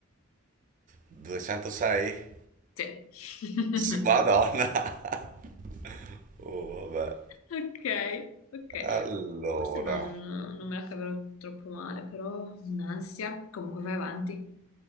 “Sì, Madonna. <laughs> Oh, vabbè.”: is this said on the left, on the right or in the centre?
Right